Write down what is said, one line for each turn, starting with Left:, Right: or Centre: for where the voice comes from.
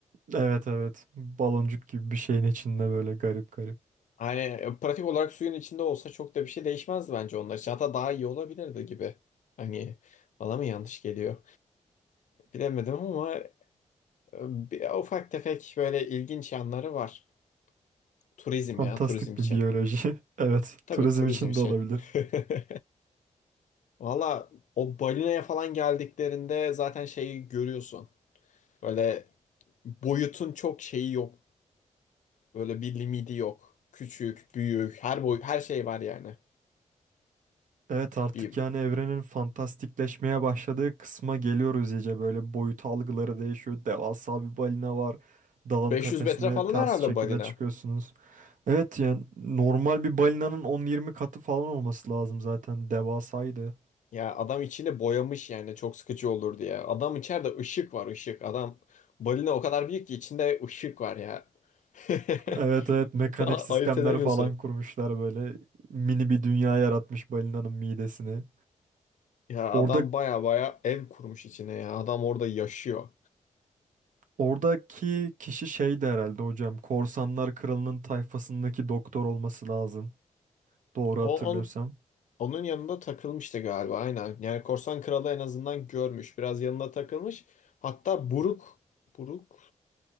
Right: Evet evet. Baloncuk gibi bir şeyin içinde böyle garip garip.
Left: Hani e, pratik olarak suyun içinde olsa çok da bir şey değişmezdi bence onlar için. Hatta daha iyi olabilirdi gibi. Hani bana mı yanlış geliyor? Bilemedim ama Bir, e, ufak tefek böyle ilginç yanları var. Turizm
Right: Fantastik
Left: ya, turizm için.
Right: bir biyoloji. <laughs> Evet.
Left: Tabii
Right: Turizm
Left: turizm
Right: için
Left: için.
Right: de olabilir.
Left: <laughs> Valla o balinaya falan geldiklerinde zaten şeyi görüyorsun. Böyle boyutun çok şeyi yok. Böyle bir limiti yok. Küçük, büyük, her boy her şey var yani.
Right: Evet artık
Left: Bir
Right: yani evrenin fantastikleşmeye başladığı kısma geliyoruz iyice. Böyle boyut algıları değişiyor. Devasa bir balina var. Dağın
Left: 500
Right: tepesine
Left: metre falan
Right: ters
Left: herhalde
Right: şekilde
Left: balina.
Right: çıkıyorsunuz. Evet yani normal bir balinanın 10-20 katı falan olması lazım zaten. Devasaydı.
Left: Ya adam içini boyamış yani çok sıkıcı olur diye. Adam içeride ışık var ışık. Adam balina o kadar büyük ki içinde ışık var ya. <laughs>
Right: Evet
Left: <laughs>
Right: evet mekanik sistemler
Left: Ayırt edemiyorsun.
Right: falan kurmuşlar böyle mini bir dünya yaratmış balinanın midesini.
Left: Ya
Right: Orada
Left: adam baya baya ev kurmuş içine ya. Adam orada yaşıyor.
Right: oradaki kişi şeydi herhalde hocam. Korsanlar Kralı'nın tayfasındaki doktor olması lazım. Doğru
Left: O,
Right: hatırlıyorsam.
Left: on, onun yanında takılmıştı galiba aynen. Yani Korsan Kralı en azından görmüş. Biraz yanında takılmış. Hatta Buruk. Buruk.